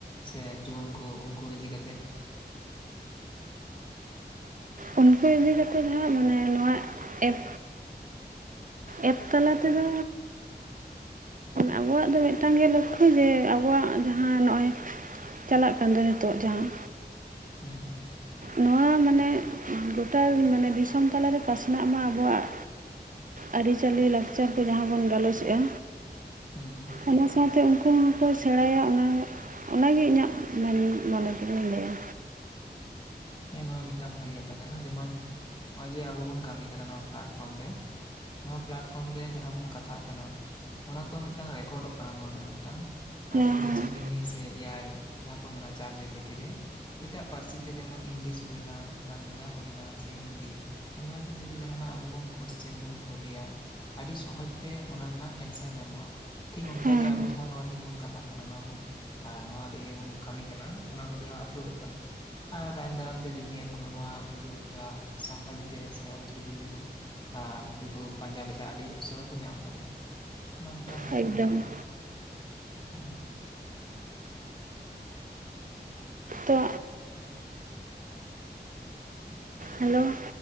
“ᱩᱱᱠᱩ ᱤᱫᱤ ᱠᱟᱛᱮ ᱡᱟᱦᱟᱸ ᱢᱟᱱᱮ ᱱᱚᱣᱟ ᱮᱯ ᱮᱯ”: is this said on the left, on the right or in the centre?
Right